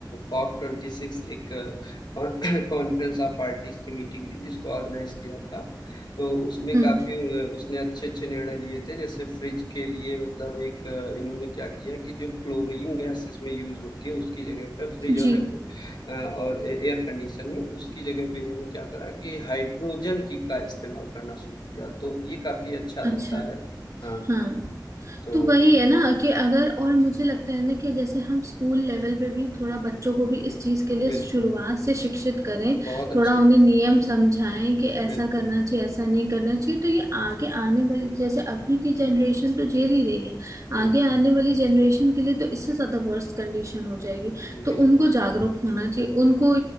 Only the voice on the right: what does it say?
हम्म
जी
अच्छा
हाँ
तो वही है ना कि अगर और मुझे लगता है ना कि जैसे हम स्कूल लेवल पे भी थोड़ा बच्चों को भी इस चीज के लिए
शुरुआत से शिक्षित करें
थोड़ा
उन्हें नियम
समझाएं कि
ऐसा करना चाहिए ऐसा नहीं करना चाहिए तो ये आगे आने वाली जैसे अभी की जनरेशन तो झेल ही रही है
आगे आने वाली जनरेशन के लिए तो इससे ज्यादा वर्स्ट कंडीशन हो जाएगी तो
उनको जागरूक होना चाहिए उनको